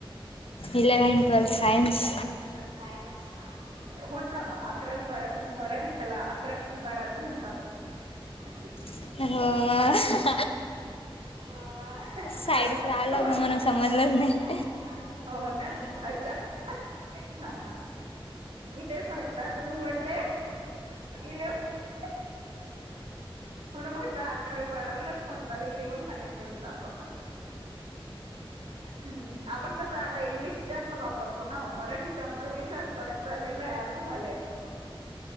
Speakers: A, on the left; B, on the right.
A: Eleventh twelfth science
B: eleven twelve science हो ना मग अकरावी बारावीच मराठीत त्याला अकरावी बारावी म्हणतात. अ ह ह.
A: हो अ ह.
B: हो हो अ ह
A: साईडचा
B: ह
A: आला
B: आओ
A: होता
B: ते
A: म्हणून
B: आ
A: समजलंच
B: त्या
A: नाही
B: साईड आलं हो ना अच्छा. हा मी तेच म्हटलं तुम्ही म्हटले इले अ ह ह. म्हणून म्हटलं अकरावी बारावीलाच म्हणतात इलेव्हनथ आणि ट्वेल्थ असं. <inaudible> हम्म आपण कसं आता इंग्लिश जास्त वापरतो ना मराठी त्यामुळे विसर पडत चाललेलाय आ अस झालयं